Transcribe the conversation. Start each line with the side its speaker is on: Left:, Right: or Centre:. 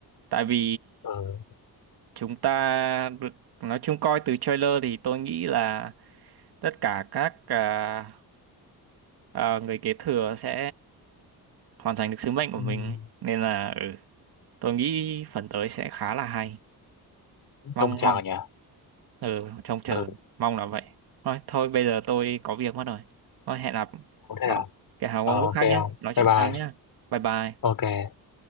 Right: tại vì
Left: ừ.
Right: chúng ta được nói chung coi từ trailer thì tôi nghĩ là tất cả các à, à, người kế thừa sẽ hoàn thành được sứ mệnh của
Left: Ừm,
Right: mình nên là ừ tôi nghĩ phần tới sẽ khá là hay mong
Left: trông chào
Right: mong
Left: nhỉ
Right: ừ trông chờ
Left: ừ
Right: mong là vậy thôi thôi bây giờ tôi có việc mất rồi thôi hẹn gặp
Left: có thế
Right: nó
Left: à
Right: cái hào
Left: Ờ,
Right: ông lúc
Left: ok
Right: khác nhé
Left: không
Right: nói
Left: bye
Right: chuyện
Left: bye
Right: sau nhé bye bye
Left: ok